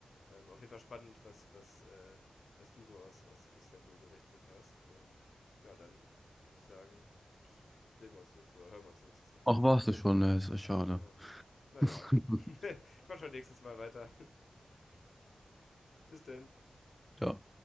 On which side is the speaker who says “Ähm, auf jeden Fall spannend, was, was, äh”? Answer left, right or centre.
Left